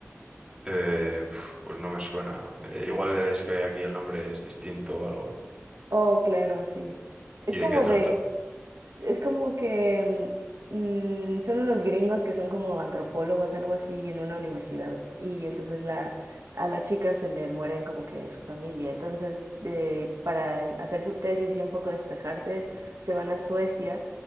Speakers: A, on the right; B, on the right.
A: Eh, pf, pues no me suena. Eh, igual es que aquí el nombre es distinto o algo.
B: Oh, claro, sí. Es
A: ¿Y de
B: como
A: qué trata?
B: de es como que mm, mm, son unos gringos que son como antropólogos, algo así, en una universidad. Y entonces la, a la chica se le mueren como que su familia. Entonces, de, para en- hacer su tesis y un poco despejarse, se van a Suecia